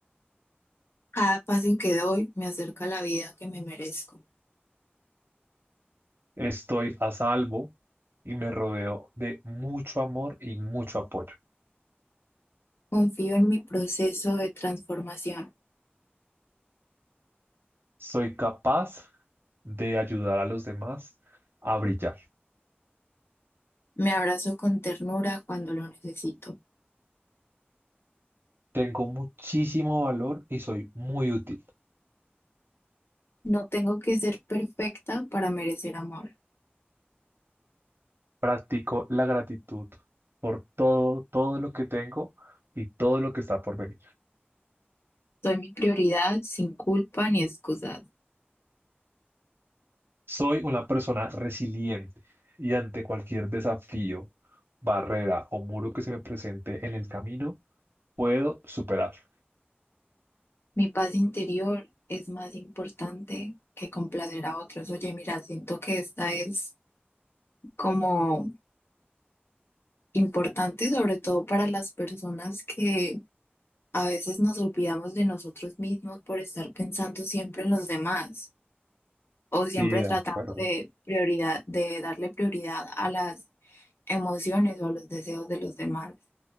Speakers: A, on the left; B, on the right.
A: Cada paso que doy me acerca a la vida que me merezco.
B: Estoy a salvo y me rodeo de mucho amor y mucho apoyo.
A: Confío en mi proceso de transformación.
B: Soy capaz de ayudar a los demás a brillar.
A: Me abrazo con ternura cuando lo necesito.
B: Tengo muchísimo valor y soy muy útil.
A: No tengo que ser perfecta para merecer amor.
B: Practico la gratitud por todo, todo lo que tengo y todo lo que está por venir.
A: Soy mi prioridad sin culpa ni excusas.
B: Soy una persona resiliente y ante cualquier desafío, barrera o muro que se me presente en el camino, puedo superarlo.
A: Mi paz interior es más importante que complacer a otros. Oye, mira, siento que esta es como importante, sobre todo para las personas que a veces nos olvidamos de nosotros mismos por estar pensando siempre en los demás o siempre
B: Sí, de
A: tratando
B: acuerdo.
A: de prioridad, de darle prioridad a las emociones o a los deseos de los demás.